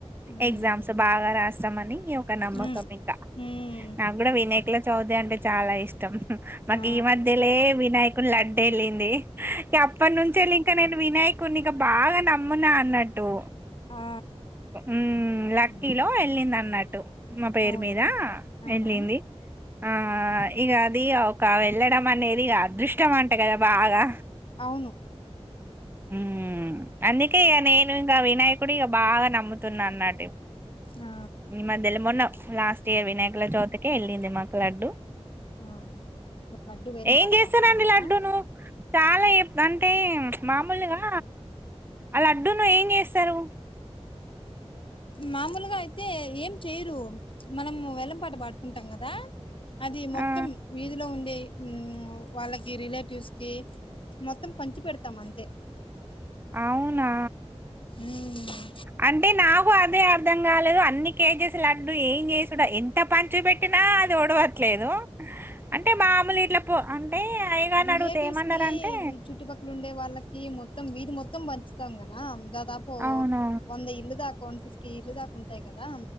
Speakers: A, on the left (about 55°); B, on the right (about 20°).
A: హ్మ్.
B: ఎగ్జామ్స్ బాగా రాస్తాంమని ఒక నమ్మకం
A: హ్మ్
B: ఇంకా
A: హ్మ్
B: నాక్ గుడా వినాయకుల చవితి అంటే చాలా ఇష్ ష్టం మాక్
A: ఆ
B: ఈ మధ్యలే వినాయకుని లడ్డేళ్ళింది. ఇగ అప్పట్నుంచెల్లె ఇంక నేను వినాయకుడ్ని ఇక బాగా నమ్మునా అన్నట్టు
A: ఆ
B: మ్ లక్కీలో
A: ఉంది
B: ఎళ్ళిందన్నట్టు మా పేరు
A: అవును
B: మీద
A: ఆహా
B: ఎళ్ళింది ఆ ఇగ అది వెళ్ళడం అనేది అదృష్టం అంట కదా బాగా
A: అవును
B: మ్ అందుకే ఇగ నేను ఇంక వినాయకుడు ఇగ బాగా నమ్ముతున్న అన్నట్
A: ఆ
B: ఈ మధ్యల మొన్న లాస్ట్ ఇయర్ వినాయకుల చవితికే ఎళ్ళింది మాకు లడ్డు
A: ఆ లడ్డు వేలం
B: ఏం
A: పాట
B: చేస్తారండి
A: పాడుకున్నారా
B: లడ్డూను చాలా అంటే మామూలుగా ఆ లడ్డును ఏం చేస్తారు
A: మామూలుగా అయితే ఏం చెయరు మనము వేలం పాట పాడుకుంటాం కదా అది మొత్తం
B: ఆ
A: వీధిలో ఉండే మ్ వాళ్ళకి రిలేటివ్స్కి మొత్తం పంచి పెడ్తాం అంతే
B: అవునా
A: హ్మ్.
B: అంటే నా కు అదే అర్థం కాలేదు అన్ని కేజెస్ లడ్డు ఏం చేసుడ ఎంత పంచు పెట్టినా అది ఓడవట్లే లేదు అంటే మాముల్ ఇట్ల పో అయ్యగారిని
A: రిలేటివ్స్కి
B: అడిగితే ఏమన్నారంటే
A: చుట్టుపక్కల ఉండే వాళ్ళకి మొ మొత్తం వీధి మొత్తం పంచుతాం కదా దాదాపు
B: అవును
A: వంద ఇల్లు దాకా ఒక వన్ ఫిఫ్టీ ఇల్లు దాకా ఉంటాయి కదా